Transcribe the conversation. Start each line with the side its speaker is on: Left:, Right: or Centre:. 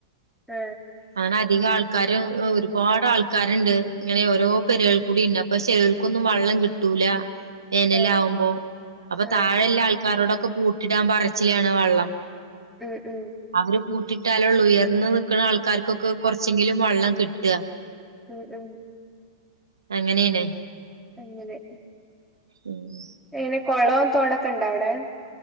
Centre: ആ
Right: അങ്ങനെ അധികം ആൾക്കാരും ഒരുപാട് ആൾക്കാരുണ്ട്, ഇങ്ങനെ ഓരോ പെരേൽ കൂടി ഇണ്ട് അപ്പൊ ചിലർക്കൊന്നും വെള്ളം കിട്ടൂല. വേനൽ
Centre: ആഹ്
Right: ആവുമ്പോ അപ്പൊ
Centre: ആഹ്
Right: താഴെ ഇള്ള ആൾക് കാറോടൊക്കെ പൂട്ടിടാൻ പറിച്ചിലാണ് വെള്ളം.
Centre: ഉം ഉം
Right: അവര് പൂട്ടി കിട്ടാലുള്ളു ഉയർന്ന് നിൽക്കണ ആൾക് ക്കാർക്കൊക്കെ കൊറച്ചെങ്കിലും വെള്ളം കിട്ടുക.
Centre: ഉം ഉം
Right: അങ്ങനെയാണ്.
Centre: അങ്ങനെ
Right: ഉം
Centre: എങ്ങനെ കൊളവും തോടൊക്കെ ഇണ്ടൊ അവിടെ?